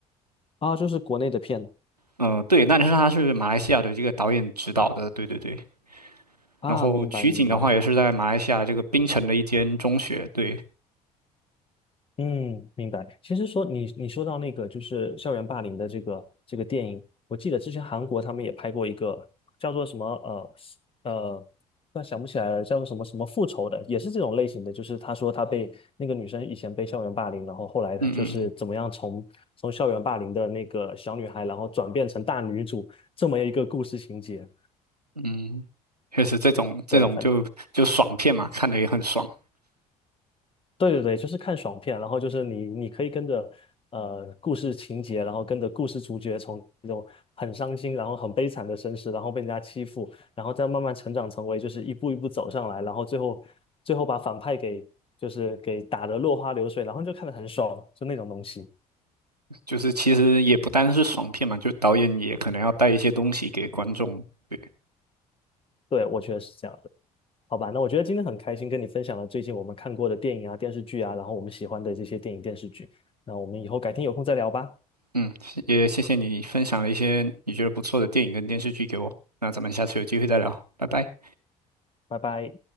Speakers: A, on the left; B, on the right.
A: 啊，就是国内的片
B: 嗯、对，那你说他是马来西亚的这个导演指导的，对对对，
A: 啊，
B: 然后取景的话也是在马来西亚这个槟城的一间中学，
A: 明白明白，
B: 对，
A: 嗯，明白。其实说你你说到那个就是校园霸凌的这个这个电影，我记得之前韩国他们也拍过一个叫做什么呃是呃，突然想不起来了，叫做什么什么复仇的，也是这种类型的，就是他说他被那个女生以前被校园霸凌，然后后来他就是怎么样从从校园霸凌的那个小女孩，
B: 嗯嗯嗯
A: 然后转变成大女主这么一个故事情节。
B: 嗯，确实这种这种就就爽片嘛，
A: 对，反。
B: 看的也很爽。
A: 对对对，就是看爽片，然后就是你你可以跟着呃故事情节，然后跟着故事主角从那种很伤心，然后很悲惨的身世，然后被人家欺负，然后再慢慢成长成为就是一步一步走上来，然后最后最后把反派给就是给打得落花流水，然后就看得很爽，就那种东西。
B: 就是其实也不单是爽片嘛，就导演也可能要带一些东西给观众。对，
A: 对，我觉得是这样的。好吧，那我觉得今天很开心跟你分享了最近我们看过的电影啊、电视剧啊，然后我们喜欢的这些电影电视剧。那我们以后改天有空再聊吧，
B: 嗯，也谢谢你分享了一些你觉得不错的电影跟电视剧给我。那咱们下次有机会再聊，拜拜。
A: 拜拜。